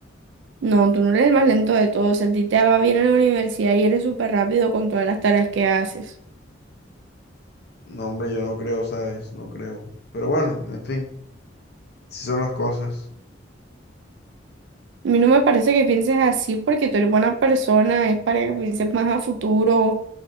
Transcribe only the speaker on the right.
No, tú no eres el más lento de todos. Si a ti te va bien en la universidad y eres súper rápido con todas las tareas que haces.
A mí no me parece que pienses así porque tú eres buena persona, es para que pienses más a futuro,